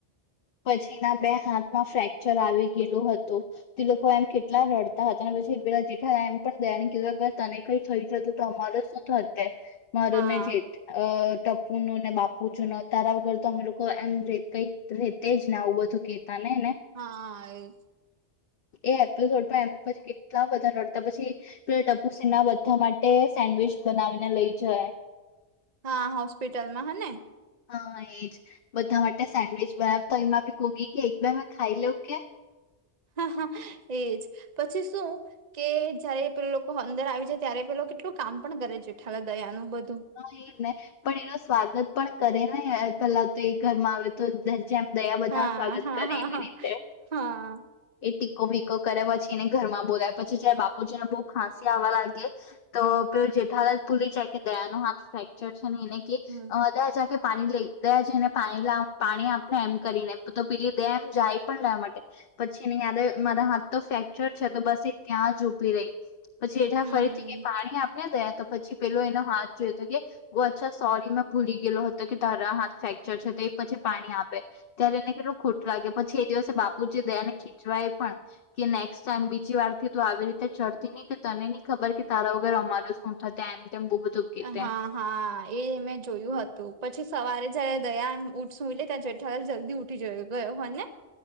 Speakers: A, on the left; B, on the right.
A: પછી ના બે હાથમાં ફ્રેક્ચર આવી ગયેલોું હતોું તે લોકો એમ કેટલા રડતા હતા અને પછી પેલા જેઠા એમ પણયા ને કીધું તને કઈ થઈ જતું તો અમારે ત મર
B: હા
A: જીત અ ટપુ નું ને બાપુ જોને તારા વગર તો અમે લોકો એમ કઈક તેજ ને આવું બધું કતા ને ને
B: હા એ
A: એ એપિસોડ પણ એમ પછી કેટલા વધારે રડતા પછી પ ટપુસી ના બધા માટે સેન્ડવીિચ બનાવીને લઈ જાય
B: હા હોસ્પિટલમાં હ ને
A: હા એજ બધા માટે સેન્ડવીિચ બનાવ તો એમાં બી ગોગી કે એક બે મેં ખાઈ લઉ કે
B: હા હા એજ પછી શું કે જયારે પે લોકો અંદર આવી જાય ત્યારે પેલો કેટલું કામ પણ કરે છેઠલા દયા ન બધું
A: હા એ ને પણ એનું સ્વાગત પણ કરે ને પેલા તો એક ઘર માં આવે તો. જેમ દયા બધા
B: હા
A: ન સ્વાગત
B: હા
A: કરે
B: હા
A: એવી
B: હા
A: રીતે.
B: હા
A: એ ટીકો વીકો કર્યા પછી એને ઘરમાં બોલાય પછી જયારે બાપુજીને બહુ ખાંસી આવવા લાગે. તો પે જેઠાલા જ ભૂલી જાય કે દયા ન હાથ ફ્રેક્ચર છે ને એને કે
B: હમ
A: અ દયા જાકે પાણી લેકે લઈ દે જઈને પાણી લ પાણી આપને એમ કરીને તો પીલી દે એમ જાય પણ લેવા માટે પછી એને યાદ મારા હાથ તો ફ્રેક્ચર છે તો બસ એ ત્યાં જ ઊભી રહી પછી એઠા
B: હમ
A: ફરીથી પાણી આપને થયા તો પછી પેલો એનો હાથ જોય તો કે બહ અચ્છા સોરી મેં ભૂલી ગયેલો હતો કે તારા હાથ ફ્રેક્ચર છે તો એ પછી પાણી આપે. ત્યારે એને કેટલું ખોટું લાગે પછી એ દિવસે બાપુજી દયાને ખીચવા એ પણ. કે નેક્સ્ટ ટાઈમ બીજી વાર થી તો આવી રીતે ચડતી નહી કે તને નહી ખબર કે તારા વગર અમાર મન તેમ બહુ બધું. કેતે
B: એ હા. હા એ મેં જોયું હતું પછી સવારે જયારે દયા ઉઠસું લે ત્યારે જેઠાલાલ જલ્દી ઉ જયો ગયો હો ને.